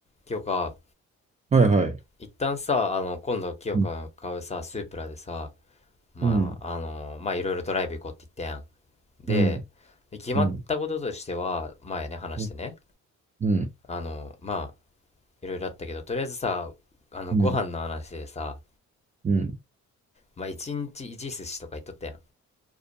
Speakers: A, on the left; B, on the right.
A: 清香、
B: はいはい。
A: 一旦さ、あの、今度清香が買うさ、
B: うん、
A: スープラでさ、まあ、
B: うん、
A: あの、まあ、いろいろドライブ行こうって言ったやん。で、
B: うん、
A: 決まったこととしては、
B: うん、
A: 前ね、話してね、
B: うん、うん、
A: あの、まあ、いろいろあったけど、とりあえずさ、あの、
B: うん、
A: ご飯の話でさ、
B: うん、
A: まあ、一日一寿司とか言っとったやん。